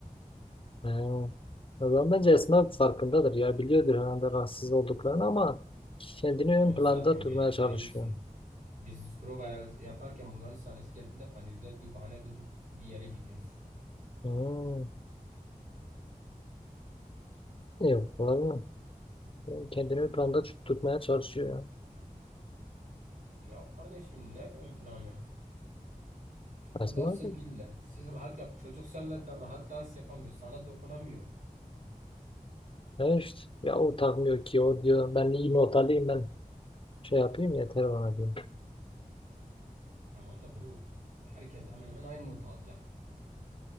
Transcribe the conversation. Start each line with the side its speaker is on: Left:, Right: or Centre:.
Left: He. O zaman bence Esma farkındadır ya. Biliyordur herhalde rahatsız olduklarını ama kendini ön
Right: Onu
Left: planda
Right: zaten
Left: tutmaya
Right: biliyor
Left: çalışıyor.
Right: deli misin? Biz prova yaparken bunların sahnesi geldiğinde panizler bir bahane bulup bir yere gidiyor.
Left: Hmm. Yok falan. Kendini ön planda tut- tutmaya çalışıyor ya.
Right: Ya kardeşim ne ön planı? Onlar
Left: Esma
Right: sevgililer.
Left: da.
Right: Siz rahat yap. Çocuk seninle de rahat dans yapamıyor. Sana dokunamıyor.
Left: Ya işte. Ya o takmıyor ki o diyor. Ben iyi not alayım ben şey yapayım yeter bana diyor.
Right: Tamam da bro. Herkes hemen hemen aynı notu alacak.